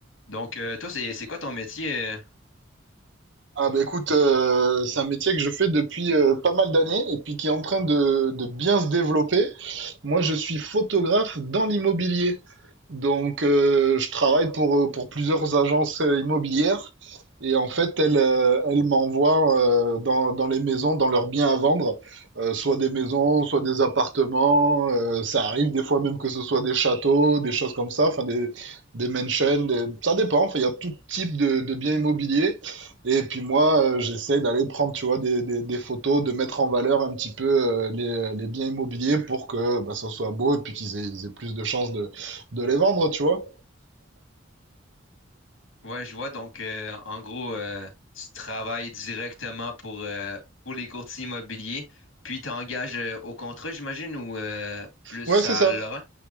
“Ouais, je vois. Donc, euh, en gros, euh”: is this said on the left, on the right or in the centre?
Left